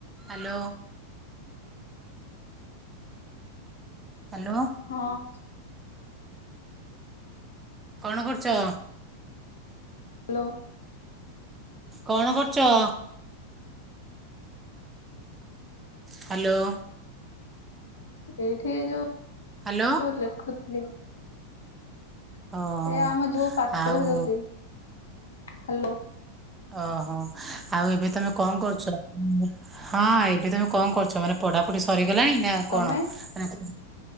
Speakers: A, on the right; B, on the left.
A: ହାଲୋ ହ୍ୟାଲୋ
B: ହଁ
A: କଣ କରୁଛ?
B: ହାଲୋ
A: କଣ କରୁଛ? ହାଲୋ
B: ଏଇଠି ଯୋଉ
A: ହ୍ୟାଲୋ
B: ଲେଖୁଥିଲି ।
A: ଓହୋ
B: ଏ ଆମ ଯୋଉ ପାଠ
A: ଆଉ
B: ପଢା, ହେଇାଉଛନ୍ତି <unintelligible> ହାଲ
A: ଓହୋ, ଆଉ ଏବେ ତମେ କଣ କରୁଛ? ହଁ ଏବେ ତମେ କଣ କରୁଛ? ମାନେ ପଢାପଢି ସରିଗଲାଣି ନା କଣ
B: ତମେ
A: ମାନେ ହ <unintelligible>